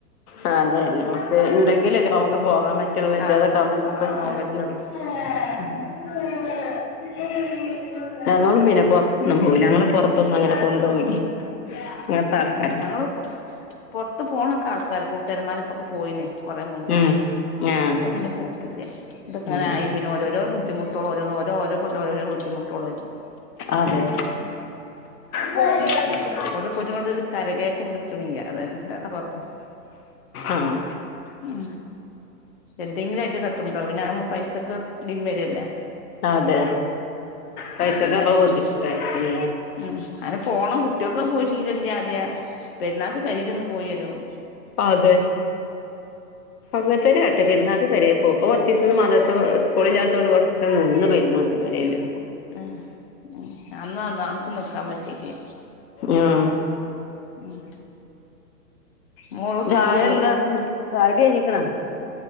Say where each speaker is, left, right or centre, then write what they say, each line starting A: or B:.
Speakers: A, on the left; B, on the left.
A: ആ അതെ ഞമ്മ- ക്ക്‌ ഇണ്ടെങ്കിലല്ലേ നമുക്ക് പോകാൻ പറ്റുള്ളൂ വെജ്ജെതെക്കെ
B: ആഹ്
A: ആകുമ്പോ നമുക്ക് <unintelligible>
B: പോവാൻ പറ്റുള്ളൂ ഉം
A: ഞങ്ങളും പിന്നെ പുറത്തൊന്നും പോവില്ല ഞങ്ങളെ പുറത്തൊന്നും അങ്ങനെ കൊണ്ടോവില്ലെ അങ്ങൻത്തെ ആൾക്കാരാണ്
B: ഏഹ് ഞങ്ങള് പൊറത്ത് പോണൊക്കെ ആൾക്കാര കൂട്ടുകാരമാരെ പ്പൊക്കെ പോയിന് കൊറേ മുന്നെ
A: ഉം ആഹ്
B: ഇപ്പൊ പിന്നെ പോക്കില്ല ഇതൊക്കെ ഇങ്ങനെ
A: ഉം
B: ആയി പിന്നെ ഓരോരോ ബുദ്ധിമുട്ട്. ട്ടോള് ന്ന് ഓരോ ഓരോ കൊല്ലം ഓരോ ബുദ്ധിമുട്ടോളല്ലേ
A: അതെ <unintelligible>
B: മുന്നോട് ഒരു കരകയറ്റം കിട്ടണില്ല അതന്നെ അല്ലാത്ത കൊഴപ്പം
A: ആഹ്
B: ഒന്നു ല്ല എന്തെങ്കിലും ആയിട്ട് തട്ടുണ്ടാവും പിന്ന തുമ്മെ പൈസക്ക്‌ ഡ്ഡിം വെരെല്ലേ
A: അതെ പൈസക്പ്പം
B: പിന്നെ അങ്ങനായിട്ട്
A: ബുദ്ധിമുട്ടാണ്
B: അങ്ങനെ പോണം കുട്ടികൊക്കെ പോയിശീലല്ല ആദ്യ പെരുന്നാൾക്ക് പെരേല് ഒന്ന് പോയിവരും
A: അതെ ഇങ്ങത്തെന്നെകാട്ടാ പെരുന്നൾക്ക് പെരേപോവും ഇപ്പകൊർച്ചീസം
B: ഉം
A: മദർസസ്കൂളില്ലാത്തോണ്ട് കൊറ ച്ചീസം നിന്ന് പെരുന്നാക്ക് പെരേല്
B: ആഹ് ആഹ് അന്നൊന്ന് ആർക്കും നിക്കാ പറ്റിട്ടില്ല
A: ആഹ്
B: ഉം മോള്
A: രാഎന്ത
B: സ്കൂള്
A: ചായുടികഴിഞ്ക്ണോ